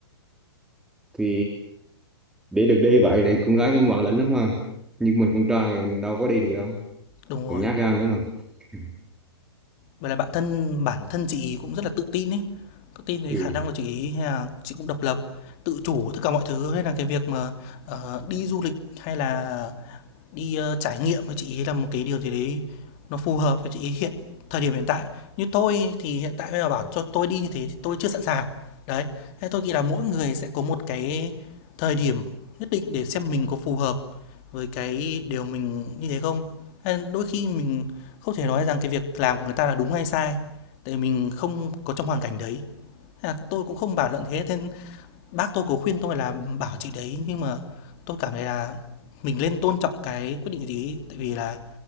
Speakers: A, in the centre; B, on the left.
A: thì để được đi vậy thì con gái cũng ngoan lành lắm ha nhưng mình con trai đâu có đi được đâu
B: Đúng
A: còn
B: rồi.
A: nhát gan nữa mà <laughs>
B: Vậy là bản thân bản thân chị ý cũng rất là tự tin ấy. Tự tin về
A: ừ
B: khả năng của chị ý hay là chị cũng độc lập, tự chủ tất cả mọi thứ nên là cái việc mà ờ, đi du lịch hay là Đi, ơ, trải nghiệm với chị ấy là một cái điều gì đấy nó phù hợp với chị ấy hiện thời điểm hiện tại. Như tôi thì hiện tại bây giờ bảo cho tôi đi như thế thì tôi chưa sẵn sàng. Đấy, thế tôi nghĩ là mỗi người sẽ có một cái thời điểm nhất định để xem mình có phù hợp với cái điều mình như thế không. Hay đôi khi mình không thể nói rằng cái việc làm của người ta là đúng hay sai, tại mình không có trong hoàn cảnh đấy. Thế là tôi cũng không bàn luận thế, thế Bác tôi có khuyên tôi là bảo chị đấy, nhưng mà tôi cảm thấy là mình nên tôn trọng cái quyết định của chị ấy, tại vì là